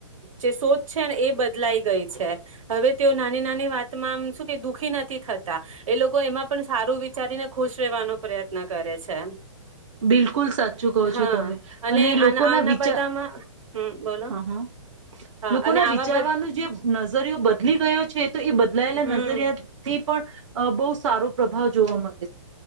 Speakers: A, on the right; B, on the right.
A: જે સોચ છે ને એ બદલાઈ ગઈ છે, હવે તેઓ નાની નાની વાતમાં આમ શું કે દુઃખી નથી થ તા, એ લોકો એમાં પણ સારું વિચારીને ખુશ રહેવાનો પ્રયત્ન કરે છે.
B: બિલકુલ સાચું કહો છો
A: હા
B: તમે, અને લોકોના
A: આના આના
B: વિચાર
A: બધામાં હમ બોલો
B: હ હ
A: હા
B: લોકોના
A: અને આવા
B: વિચારવાનો
A: બધા
B: જે નજરિયો બદલી ગયો છે તો એ બદલાયેલા
A: હમ
B: નજરિયા થી પણ અ બહુ સારો પ્રભાવ જોવા મળે છે.